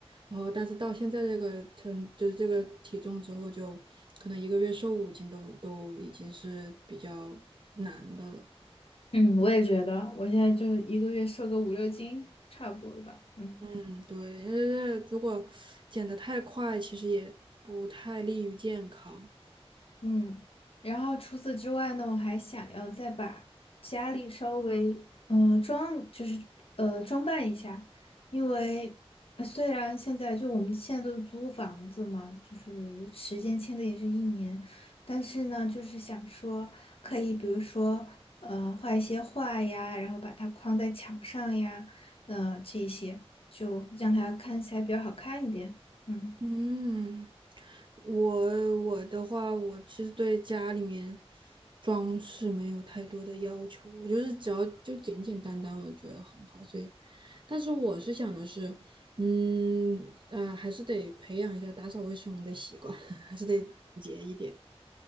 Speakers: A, on the right (about 50°); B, on the left (about 65°).
A: 然后但是到现在这个称，就是这个体重之后，就可能一个月瘦五斤都都已经是比较难的了。
B: 嗯我也觉得，我现在就一个月瘦个五六斤，差不多了吧？嗯。
A: 嗯，对，因为如果减得太快，其实也不太利于健康。
B: 嗯，然后除此之外呢，我还想要再把家里稍微嗯、呃装，就是呃装扮一下，因为呃虽然现在就我们现在都是租房子嘛，就是时间签的也是一年，但是呢，就是想说可以，比如说呃画一些画呀，然后把它框在墙上呀，嗯、呃、这一些就让它看起来比较好看一点，嗯。
A: 嗯，我我的话，我其实对家里面装饰没有太多的要求，我就是只要就简简单单，我觉得很好。所以，但是我是想的是，嗯，呃，还是得培养一下打扫卫生的习惯，<laughs> 还是得节一点。